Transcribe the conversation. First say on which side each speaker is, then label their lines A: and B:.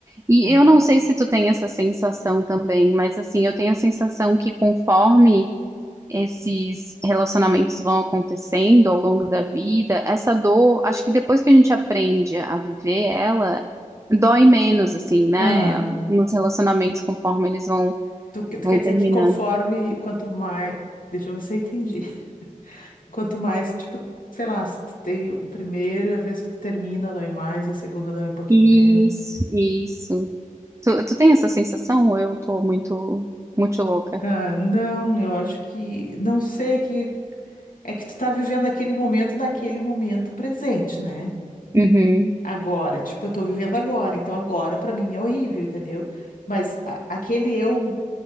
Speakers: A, on the right; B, on the left.
A: E
B: É.
A: eu não sei se tu tem essa sensação também, mas assim, eu tenho a sensação que conforme esses relacionamentos vão acontecendo ao longo da vida, essa dor, acho que depois que a gente aprende a viver ela, dói menos, assim, né?
B: Aham.
A: Nos relacionamentos, conforme eles vão,
B: Tu, que- tu
A: vão
B: quer dizer
A: terminando.
B: que conforme, quanto mais. Deixa eu ver se eu entendi. <laughs> Quanto mais, tipo, sei lá, se tu tem o primeiro, a vez que tu termina, dói mais, a segunda dói um pouquinho
A: Isso,
B: menos.
A: isso. Tu, tu tem essa sensação ou eu tô muito, muito louca?
B: Ah, não, eu acho que. Não sei que. É que tu tá vivendo aquele momento naquele momento presente, né?
A: Uhum,
B: Agora, tipo, eu tô vivendo agora, então agora pra mim é horrível, entendeu? Mas a- aquele eu,